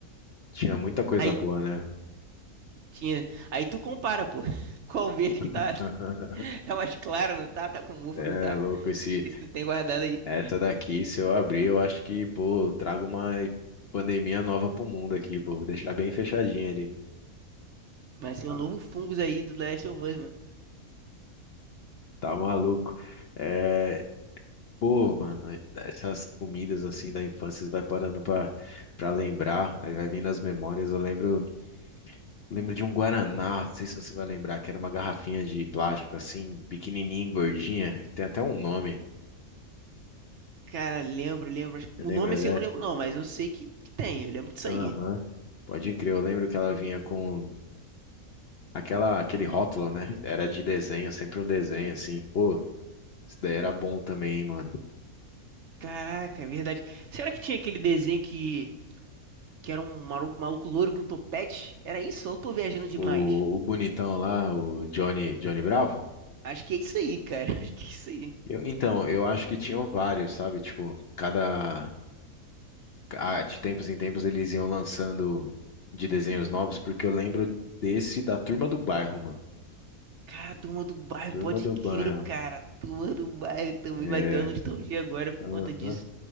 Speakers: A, on the left; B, on the right.
A: Tinha muita coisa
B: Aí
A: boa, né?
B: tinha. Aí tu compara, pô. <laughs> Qual verde que tá.
A: <laughs>
B: Tá mais claro, não tá? Tá com mofo,
A: É
B: não tá?
A: louco esse
B: Isso tu tem guardado aí.
A: essa daqui, se eu abrir, eu acho que, pô, eu trago uma pandemia nova pro mundo aqui, pô, vou deixar bem fechadinha ali.
B: Vai ser
A: Tá,
B: um novo fungus aí do Last of Us, mano.
A: tá maluco. É, pô, mano, essas comidas assim da infância você vai parando pra, pra lembrar, aí vai vindo as memórias. Eu lembro, lembro de um guaraná, não sei se você vai lembrar, que era uma garrafinha de plástico assim, pequenininha, gordinha, tem até um nome.
B: Cara, lembro, lembro. Acho que-
A: Você lembra
B: O nome assim eu não lembro, não, mas eu sei que, que tem. Eu lembro disso
A: Aham.
B: aí.
A: Pode crer, eu lembro que ela vinha com aquela, aquele rótulo, né? Era de desenho, sempre um desenho assim. Pô, isso daí era bom também, hein, mano.
B: Caraca, é verdade. Será que tinha aquele desenho que, que era um maru- maluco louro com topete? Era isso? Ou eu tô viajando demais?
A: O, o bonitão lá, o Johnny, Johnny Bravo.
B: Acho que é isso aí, cara. <laughs> Acho que é isso aí.
A: Eu- então, eu acho que tinham vários, sabe? Tipo, cada, a- de tempos em tempos eles iam lançando de desenhos novos, porque eu lembro desse da Turma do Bairro, mano.
B: Cara, a turma do bairro,
A: Turma
B: pode
A: do
B: crer,
A: Bairro.
B: cara. A Turma do bairro também
A: É,
B: vai ter uma nostalgia agora por
A: aham.
B: conta disso.